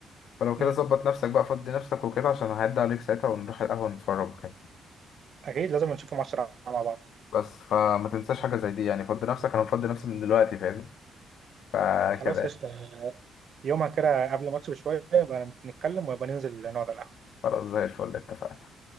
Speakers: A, on the left; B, on the right.
A: فلو
B: م.
A: كده ظبط نفسك بقى فضي نفسك وكده عشان هعدي عليك ساعتها ونروح القهوة نتفرج وكده
B: اكيد لازم نشوف ماتش مع بعض
A: بس فما تنساش حاجة زي دي يعني فضي نفسك انا مفضي نفسي من دلوقتي فاهمني فكده
B: خلاص
A: يعني.
B: قشطه يومها كده قبل الماتش بشويه يبقى نتكلم ويبقى ننزل نقعد على القهوه
A: خلاص زي الفل اتفقنا